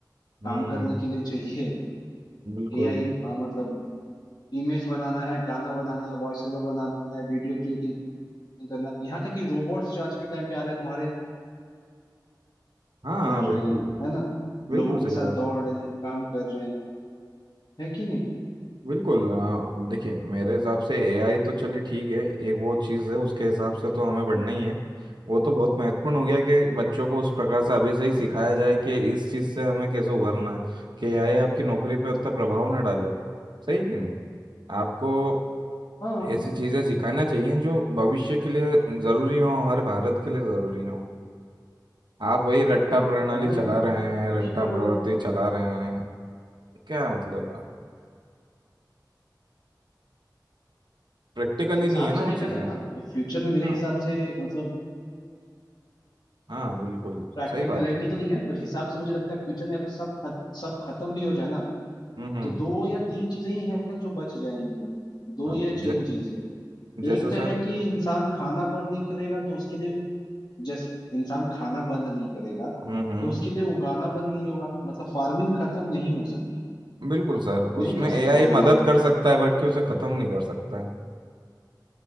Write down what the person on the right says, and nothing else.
हम्म,
बिल्कुल
हाँ हाँ
बिल्कुल
बिल्कुल
सही बात
है
बिल्कुल अ, देखिए मेरे हिसाब से एआई तो चलिए ठीक है एक वो चीज़ है उसके हिसाब से तो हमें बढ़ना
ही है वो तो बहुत महत्वपूर्ण हो गया कि बच्चों को उस प्रकार से अभी से ही सिखाया जाए कि इस चीज़ से हमें कैसे उभरना है कि एआई आपकी नौकरी पे उतना प्रभाव ना डाले सही कि नहीं आपको
ऐसी चीज़ें सिखाना चाहिए जो भविष्य के लिए ज़रूरी हो हमारे भारत के लिए ज़रूरी हो आप वही रट्टा प्रणाली
चला रहे हैं रट्टा
प्रवृत्ति चला रहे हैं क्या मतलब प्रैक्टिकली
नहीं है ना
वो
चीज़ें
हाँ,
हाँ बिल्कुल
सही बात है
हम्म हम्म
हाँ,
जै,
जैसे
सर
हम्म हम्म
बिल्कुल सर
उसमें
एआई
मदद कर सकता है बट कि उसे खत्म नहीं कर सकता है